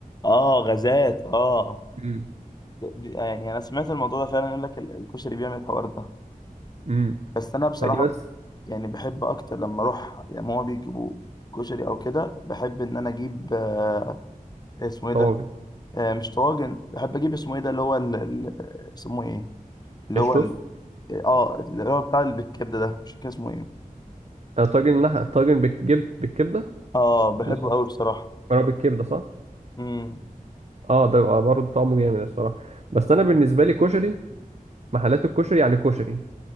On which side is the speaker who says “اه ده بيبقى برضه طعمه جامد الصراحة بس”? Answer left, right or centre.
Right